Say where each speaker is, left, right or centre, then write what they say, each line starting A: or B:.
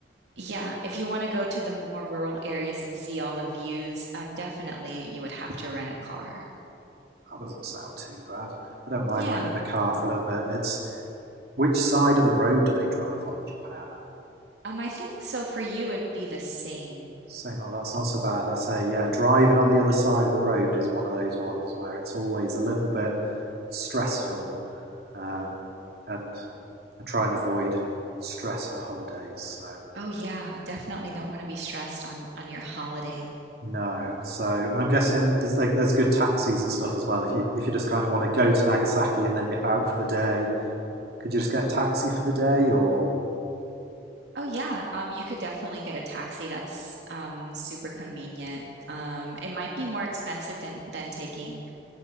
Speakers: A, on the right; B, on the right.
A: yeah, if you want to go to the more rural areas and see all the views, um, definitely you would have to rent a car.
B: That doesn't sound too bad. I don't mind
A: Yeah.
B: renting a car for a little bit. It's Which side of the road do they drive on in Japan?
A: Um, I think so for you it'd be the same.
B: Same, oh, that's not so bad. I say, yeah, driving on the other side of the road is one of those ones where it's always a little bit stressful. Um, and I try and avoid stress on holidays. So
A: Oh yeah, definitely don't want to be stressed on on your holiday.
B: no. So, and I'm guessing it's like there's good taxis and stuff as well. If you if you just kind of want to go to Nagasaki and then nip out for the day, could you just get a taxi for the day, or
A: Oh yeah, um, you could definitely get a taxi. That's um super convenient. Um, it might be more expensive than than taking